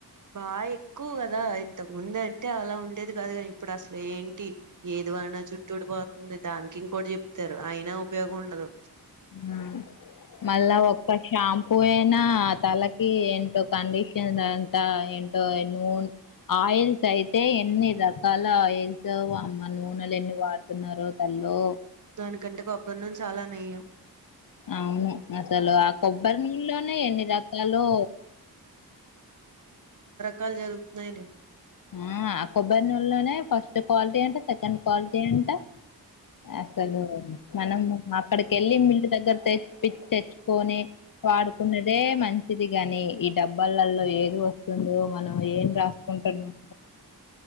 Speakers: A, on the right; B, on the left.
A: బాగా ఎక్కువ కదా ఇంతకు ముందు అంటే అలా ఉండేది కాదు కాని ఇప్పుడు అసలు ఏంటి ఏది వాడిన జుట్టు ఉడిపోతుంది దానికి ఇంకోటి చెప్తారు అయినా ఉపయోగం ఉండదు
B: ఊ మళ్ళా ఒక్క షాంపూ పోయినా తలకి ఏంటో కండిషన్ అంతా ఏంటో నూనె ఆ ఆయిల్స్ అయితే ఎన్ని రకాల అయిల్సొ వామ్మో నూనెలు ఎన్ని వాడుతున్నారో తల్లో
A: దాని కంటే కొబ్బరి నూనె చాలా మేలు
B: అవును మ అసలు ఆ కొబ్బరి నూనే లోనే ఎన్ని రకాలో
A: కాల్ జరుపుతున్నారా ఏంటి
B: ఆ ఆ కొబ్బరి నూలలోనే ఫస్ట్ క్వాలిటీ అంట సెకండ్ క్వాలిటీ అంట అసలు మనం అక్కడికి వెళ్ళి మిల్లు దగ్గర తె పిచ్చి తెచ్చుకొని వాడుకున్నదే మంచిది గాని ఈ డబ్బలలో ఏదో వస్తు మనం ఏం రాసుకుంటున్నాం